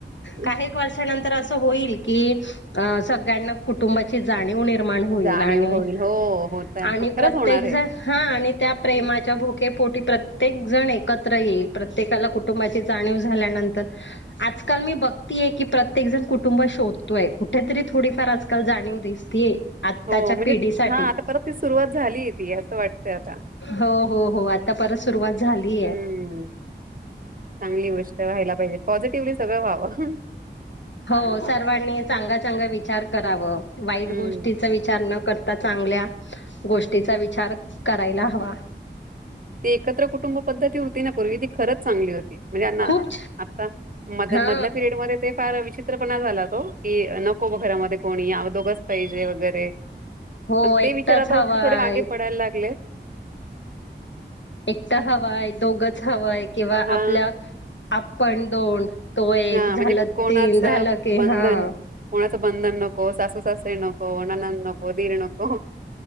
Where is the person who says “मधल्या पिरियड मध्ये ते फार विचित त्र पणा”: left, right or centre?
Right